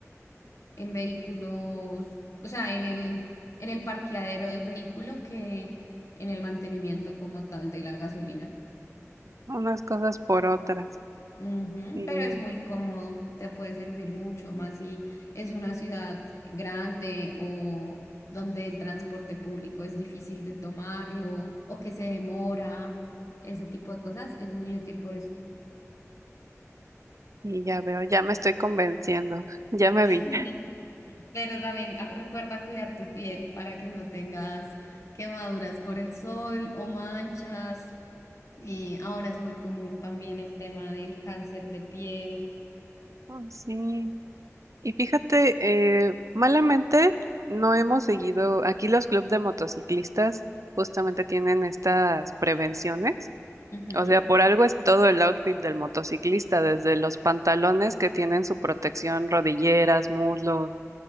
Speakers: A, on the left; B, on the right.
A: en vehículos, o sea, en el, en el parqueadero del vehículo que en el mantenimiento como tal de la gasolina.
B: unas cosas por otras.
A: Ujú,
B: Sí,
A: Pero es muy cómodo, te puede servir mucho más si es una ciudad grande o donde el transporte público es difícil de tomarlo o que se demora, ese tipo de cosas, es muy útil por eso.
B: y ya veo, ya me estoy convenciendo, <laughs> ya me vi.
A: <laughs> Pero también ah, recuerda cuidar tu piel para que no tengas quemaduras por el sol o manchas. Eh, ahora es muy común también el tema del cáncer de piel.
B: Ay, sí. Y fíjate, eh, malamente no hemos seguido, aquí los clubes de motociclistas justamente tienen estas prevenciones
A: Ujú,
B: O sea, por algo es todo el outfit del motociclista, desde los pantalones que tienen su protección, rodilleras, muslos,